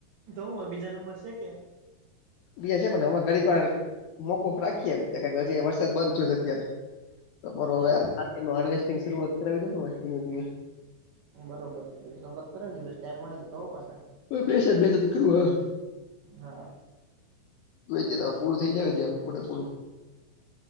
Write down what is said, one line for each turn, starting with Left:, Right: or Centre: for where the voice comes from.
Right: તો હું અ બીજા નંબર સે કે
Left: બે છે પન હવે ઘડીક વાર મોકૂફ રાખીએ એમ હજીએ વરસાદ બંધ થયો છે અત્યારે તમારો
Right: એમ
Left: અવે આ
Right: છે
Left: ખારતનું હાર્વેસ્ટિંગ શરૂઆત કરાવી દો ને અવે ધીમે ધીમે
Right: બરોબર છે તો એ શમઆત કરાવજે પસી ટાઈમ મળે તો કવો પાસા
Left: કોઈ બેસેજ બેસજ કરવા
Right: હા
Left: તુ એચેદા પૂરું થઈ જાય જેમ પૂરે પૂરું